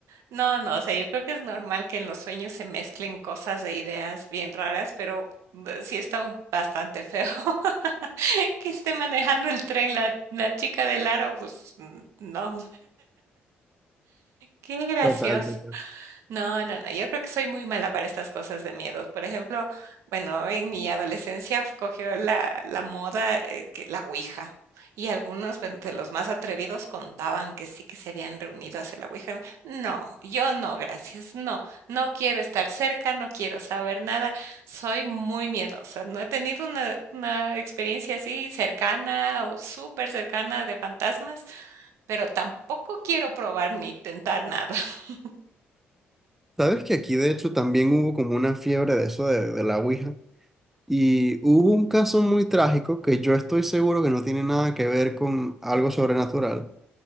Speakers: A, on the right (about 75°); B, in the centre.
A: No, no, o sea, yo creo que es normal que en los sueños se mezclen cosas e ideas bien raras, pero eh, sí está un- bastante feo <laughs> que esté manejando el tren la, la chica del aro, pues mm, no, qué gracioso.
B: Total, total.
A: No, no, no, yo creo que soy muy mala para estas cosas de miedos. Por ejemplo, bueno, en mi adolescencia cogió la, la moda, eh, que la ouija. Y algunos pues, de los más atrevidos contaban que sí que se habían reunido a hacer la ouija. No, No, yo no, gracias. No, no quiero estar cerca, no quiero saber nada. Soy muy miedosa. No he tenido una, una experiencia así cercana o súper cercana de fantasmas, pero tampoco quiero probar ni tentar nada. <laughs>
B: ¿Sabes que aquí de hecho también hubo como una fiebre de eso de, de la Ouija? Y hubo un caso muy trágico que yo estoy seguro que no tiene nada que ver con algo sobrenatural.